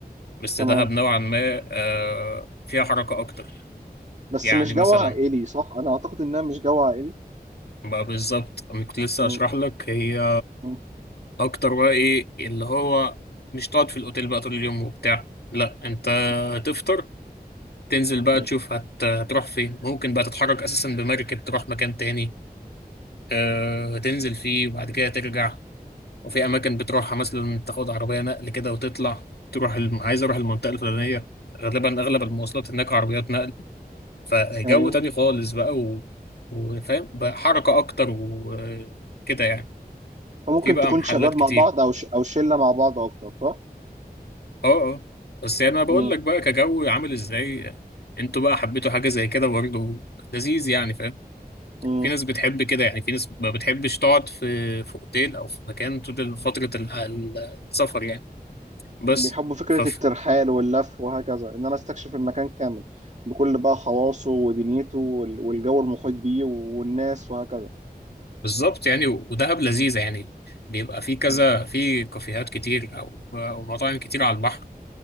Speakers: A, on the left; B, on the right.
A: بس
B: تمام
A: دهب نوعا ما آه، فيها حركة أكتر
B: بس
A: يعني
B: مش جو
A: مثلا
B: عائلي صح انا اعتقد انها مش جو عائلي
A: بقى بالظبط أنا كنت لسه
B: م-
A: أشرح لك هي
B: م-
A: أكتر بقى إيه اللي هو مش تقعد في الأوتيل بقى طول اليوم وبتاع لأ أنت
B: م-
A: هتفطر تنزل بقى
B: م-
A: تشوف هت... هتروح فين ممكن بقى تتحرك أساسا بمركب تروح مكان تاني أه... تنزل فيه وبعد كده ترجع وفي أماكن بتروحها مثلا تاخد عربية نقل كده وتطلع تروح الم... عايز أروح المنطقة الفلانية غالبا أغلب
B: م.
A: المواصلات هناك عربيات نقل فجو
B: ايوه
A: تاني خالص بقى و... وفاهم بقى حركة أكتر وكده يعني
B: فممكن
A: في بقى
B: تكون
A: محلات
B: شباب
A: كتير
B: مع بعض او ش... او شله مع بعض اكتر صح
A: اه اه بس يعني أنا بقول
B: م-
A: لك بقى كجو عامل ازاي انتوا بقى حبيتوا حاجة زي كده برضه لذيذ يعني فاهم
B: م.
A: في ناس بتحب كده يعني في ناس ما بتحبش تقعد في في اوتيل او في مكان طول فترة ال- ال- السفر يعني بس
B: بيحبوا فكرة
A: فف
B: الترحال واللف وهكذا إن أنا أستكشف المكان كامل بكل بقى خواصه ودنيته وال- والجو المحيط بيه والناس وهكذا
A: بالظبط يعني ودهب لذيذة
B: م-
A: يعني بيبقى في كذا
B: م-
A: في كافيهات كتير او او مطاعم كتير على البحر